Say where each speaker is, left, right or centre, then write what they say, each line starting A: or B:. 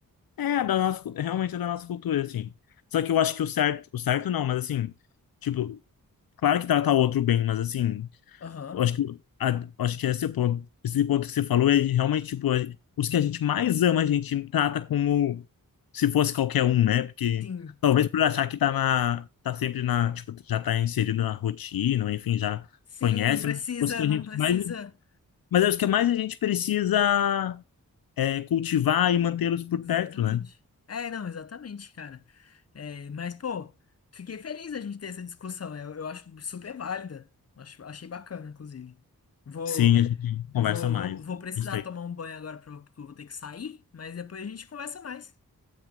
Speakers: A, on the left; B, on the left.
A: É, da nossa, cu- realmente é da nossa cultura, assim. Só que eu acho que o certo, o certo não, mas assim, tipo, claro que tratar o outro bem, mas assim.
B: Aham.
A: Eu acho que, a- acho que esse é o ponto, esse ponto que você falou é realmente, tipo, a- os que a gente mais ama, a gente trata como se fosse qualquer um, né? Porque
B: Sim.
A: talvez por achar que tá na, tá sempre na, tipo, já tá inserido na rotina, ou enfim, já
B: Sim,
A: conhece,
B: não precisa,
A: mas os que a
B: não
A: gente
B: precisa.
A: mais, mas acho que é mais a gente precisa é, cultivar e mantê-los por
B: Exatamente.
A: perto, né?
B: É, não, exatamente, cara. É, mas, pô, fiquei feliz da gente ter essa discussão. Eu, eu acho super válida. Acho, achei bacana, inclusive. Vou,
A: Sim, a gente conversa
B: vou,
A: mais.
B: vou, vou precisar
A: Gostei.
B: tomar um banho agora pra- porque eu vou ter que sair, mas depois a gente conversa mais.